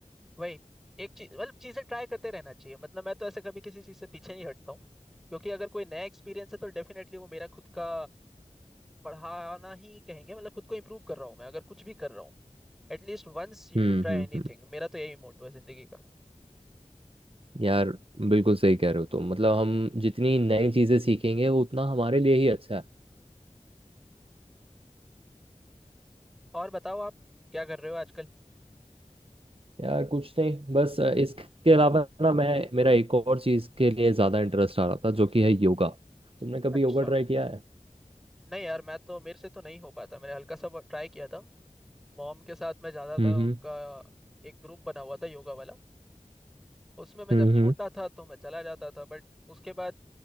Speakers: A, in the centre; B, on the right.
A: वही एक चीज मतलब चीजें ट्राई करते रहना चाहिए मतलब मैं तो ऐसे कभी किसी चीज से पीछे नहीं हटता हूँ क्योंकि अगर कोई नया एक्सपीरियंस है तो डेफिनेटली वो मेरा खुद का पढ़ाना ही कहेंगे मतलब खुद को इम्प्रूव कर रहा हूँ मैं अगर कुछ भी कर रहा हूँ At least once you
B: हम्म
A: should try
B: हम्म
A: anything
B: हम्म
A: मेरा तो यही मोटो है जिंदगी का
B: यार बिल्कुल सही कह रहे हो तुम मतलब हम जितनी नई चीज़ें सीखेंगे वो उतना हमारे लिए ही अच्छा है
A: और बताओ आप क्या कर रहे हो आजकल
B: यार कुछ नहीं बस अ, इसके अलावा ना मैं मेरा एक और चीज़ के लिए ज़्यादा इंटरेस्ट आ रहा था जो कि है योगा तुमने कभी
A: अच्छा
B: योगा ट्राई किया है
A: नहीं यार मैं तो मेरे से तो नहीं हो पाता मैंने हल्का सा ट्राई किया था मॉम के साथ मैं जाता
B: हम्म
A: था उनका एक ग्रुप बना हुआ था योगा वाला उसमें मैं
B: हम्म
A: जब छोटा
B: हम्म
A: था तो मैं चला जाता था बट उसके बाद